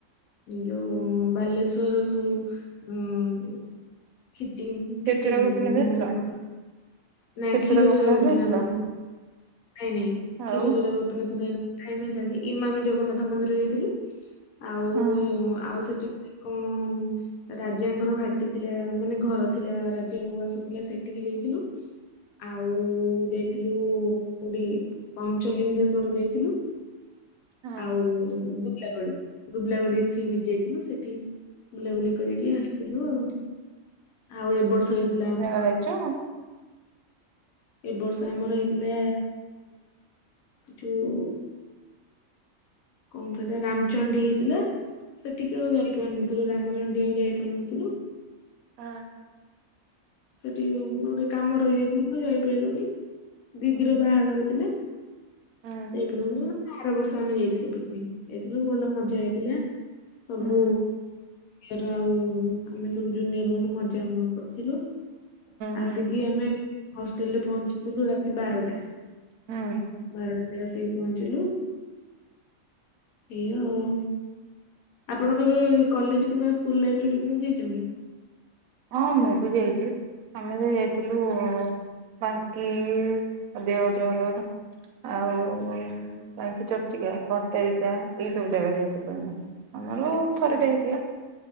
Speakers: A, on the left; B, on the right.
A: ଯୋଉ ବାଲେଶ୍ଵର ଯୋଉ ଅ ଖିଚିଙ୍ଗ୍
B: କ୍ଷୀରଚୋରା
A: ଖିଚିଙ୍ଗ
B: ଗୋପୀନାଥ
A: କହୁଛନ୍ତି
B: ଯାଇଥିଲ
A: ନାହାଟା କଣ? ନା
B: କ୍ଷୀରଚୋରା
A: କ୍ଷୀର ଜୋରା ଗୋପୀନାଥ
B: ଯାଇଥିଲ
A: ନୁହଁ ନାଇଁ ନାଇଁ
B: ଆଉ
A: କ୍ଷୀର ଜୋରା ଗୋପୀନାଥ ଯାଇନା। ଟାଇମ ହେଲାନି ଇମା ଆମେ ଜଗନ୍ନାଥ ମନ୍ଦିର ଯାଇଥିଲୁ। ଆଉ
B: ହୁଁ
A: ଆଉ ସେଠ କଣ? ରାଜାଙ୍କର ଭାଟି ଥିଲା ମାନେ ଘର ଥିଲା ରାଜା ଉଆସ ଥିଲା ସେଠିକି ଯାଇଥିଲୁ। ଆଉ ମୁ ଯାଇଥିଲୁ କୋଉଠି ପଞ୍ଚଲିଙ୍ଗେଶ୍ଵର ଯାଇଥିଲୁ।
B: ହୁଁ
A: ଆଉ ଗୁତାକୋଡି। ଗୁବୁଲା ଗୁଡି ସି ବିଚ୍ ଯାଇଥିଲୁ। ସେଠି ବୁଲାବୁଲି କରିକି ଆସିଥିଲୁ ଆଉ। ଆଉ ଏ ବର୍ଷ ହେଇଥିଲା ଆମ
B: ଯାଇଛୁ।
A: ଏବ ବର୍ଷ ଆମର ହେଇଥିଲା ଯୋଉ କଣ ସେଇଟା? ରାମଚଣ୍ଡୀ ହେଇଥିଲା। ସେଠିକେ ଆଉ ଯାଇପାରୁନଥିଲୁ। ରାମଚଣ୍ଡୀ ଆଉ ଯାଇପାରୁନଥିଲୁ।
B: ହଁ।
A: ସେଠି ଗୋଟେ କାମ ରହିଯାଇଥିଲା। ତ ଯାଇପାରିଲୁନି। ଦିଦିର ବାହାଘର ଥିଲେ।
B: ହଁ।
A: ଯାଇପାରୁନଥିଲୁ। ନା ଆର ବର୍ଷ ଆମେ ଯାଇଥିଲୁ ପିକନିକ। ଯାଇଥିଲୁ ଭଲ ମଜା ହେଇଥିଲା। ସବୁ
B: ହୁଁ
A: ୟର ଆଉ ଆମେ ସବୁ ଜୁନିୟର ମାନେ ମଜା କରିଥିଲୁ।
B: ହୁଁ
A: ଆସିକି ଆମେ ହଷ୍ଟେଲରେ ପହଞ୍ଚିଥିଲୁ ରାତି ବାରଟା।
B: ହଁ।
A: ବାରଟାରେ ଆସିକି ପହଞ୍ଚିଲୁ। ଏ ଆଉ। ଆପଣ କେବେ କଲେଜ କିମ୍ବା ସ୍କୁଲ ଲାଇଫ୍ ରେ ପିକନିକ ଯାଇଛନ୍ତି?
B: ହଁ ମୁଁ ବି ଯାଇଛି ଆମେ ତ ଯାଇଥିଲୁ ବାଙ୍କି ଦେଓଝର। ଆଉ ବାଙ୍କୀ ଚର୍ଚିକା ଭଟାରିକା ଏଇ ସବୁ ଜାଗା ଯାଇଥିଲୁ ଆମେ। ଆମର
A: ଆଚ୍ଛା,
B: ଥରଟେ ହେଇଥିଲା